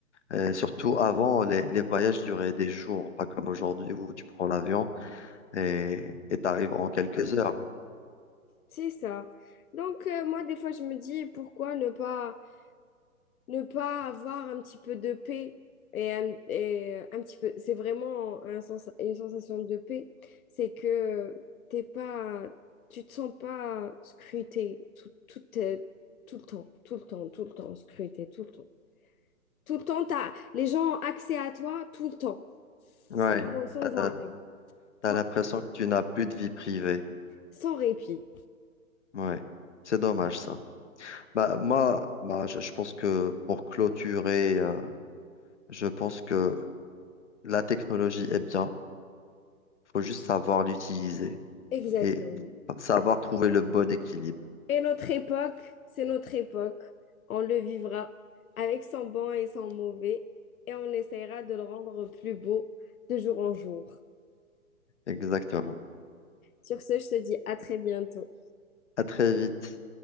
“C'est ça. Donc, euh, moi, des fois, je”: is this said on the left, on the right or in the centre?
Left